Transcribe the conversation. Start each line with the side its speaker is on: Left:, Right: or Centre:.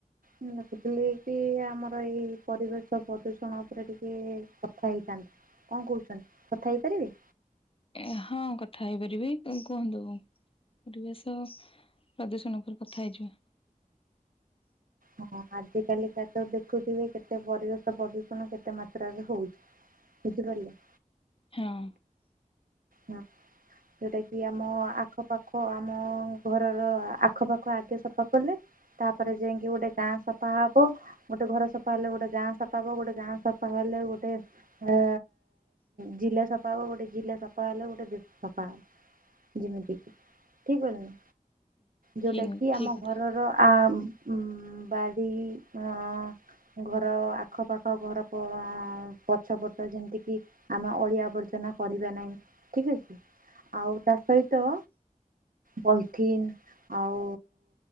Right: ମୁଁ ଦେଖୁଥିଲି କି ଆମର ଏଇ ପରିବେଶ ପ୍ରଦୂଷଣ ଉପରେ ଟିକେ କଥା ହେଇଥାନ୍ତି କଣ କହୁଛନ୍ତି କଥା ହେଇପାରିବେ?
Left: ଏ ହଁ କଥା ହେଇପାରିବି କୁହନ୍ତୁ? ପରିବେଶ ପ୍ରଦୂଷଣ ଉପରେ କଥା ହେଇଯିବା
Right: ହଁ ଆଜିକାଲି ତ ତ ଦେଖୁଥିବେ କେତେ ପରିବେଶ ପ୍ରଦୂଷ ଷଣ କେତେ ମାତ୍ରାରେ ହଉଛି ବୁଝିପାରିଲେ
Left: ହଁ
Right: ହଁ ଯଉଟା କିି ଆମ ଆଖପାଖ ଆମ ଘରର ଆଖପାଖ ଆଗେ ସଫା କଲେ ତାପରେ ଯାଇକି ଗୋଟେ ଗାଁ ସଫା ହବ ଗୋଟେ ଘର ସଫା ହେଲେ ଗୋଟେ ଗାଁ ସଫା ହବ ଗୋଟେ ଗାଁ ସଫା ହେଲେ ଗୋଟେ ହ ଜିଲ୍ଳା ସଫା ହେଲେ ଗୋଟେ ଜିଲ୍ଲା ସଫା ସଫା ହେଲା ଗୋଟେ ଦେଶ ସଫା ଯେମିତି କି ଠିକ କହିଲ୍ ନା ଯୋଉଟା
Left: ଠିକ
Right: କିି
Left: ଠିକ
Right: ଆମ
Left: କଥା
Right: ଘରର ଆଂ ବାଡ଼ି ଆ ଘର ଆଖପାଖ ଘର ପଛ ପଟ ଯେମିତିକି ଆମେ ଅଳିଆ ଆବର୍ଜନା କରିବା ନାହିଁ ଠିକ ଅଛି ଆଉ ତା ସହିତ ପଲିଥିନ ଆଉ